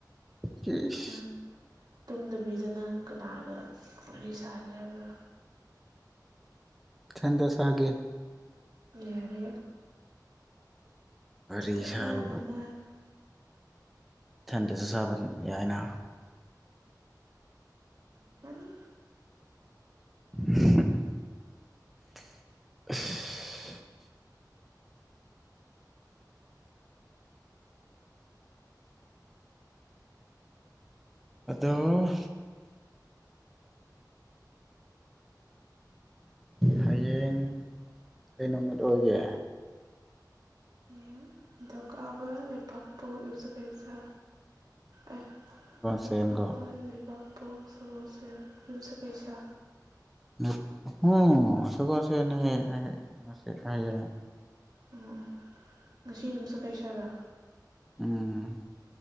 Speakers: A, in the centre; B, on the right.
A: ꯇꯁ
B: ꯅꯪ ꯇꯨꯝꯗꯕꯤꯗ ꯅꯪ ꯀꯅꯥꯗ ꯋꯥꯔꯤ ꯁꯥꯒꯦ ꯍꯥꯏꯕ꯭ꯔꯥ
A: ꯊꯟꯗ ꯁꯥꯒꯦ
B: ꯌꯥꯔꯦ
A: ꯋꯥꯔꯤ
B: <unintelligible>
A: ꯁꯥꯕꯕꯨ <unintelligible> ꯌꯥꯏꯅ
B: ꯌꯥꯒꯅꯤ
A: ꯑꯁ ꯑꯗꯣ ꯍꯌꯦꯡ ꯀꯩ ꯅꯨꯃꯤꯠ ꯑꯣꯏꯒꯦ
B: ꯍꯌꯦꯡ ꯅꯤꯡꯊꯧꯀꯥꯕ ꯂꯩꯄꯥꯛꯄꯣꯛ ꯌꯨꯝꯁꯀꯩꯁ ꯑꯦ
A: ꯁꯒꯣꯜꯁꯦꯟꯀꯣ
B: ꯅꯤꯡꯊꯧꯀꯥꯕ ꯂꯩꯕꯥꯛꯄꯣꯛ ꯁꯒꯣꯜꯁꯦꯜ ꯌꯨꯝꯁꯀꯩꯁ
A: ꯅꯠ ꯍꯣ ꯁꯒꯣꯜꯁꯦꯟ ꯅꯦꯍꯦ ꯍꯥꯏ ꯉꯁꯤ ꯍꯥꯏꯌꯦ
B: ꯎꯝ ꯎꯝ ꯎꯝ ꯉꯁꯤ ꯌꯨꯝꯁꯀꯩꯁ ꯔꯥ
A: ꯎꯝ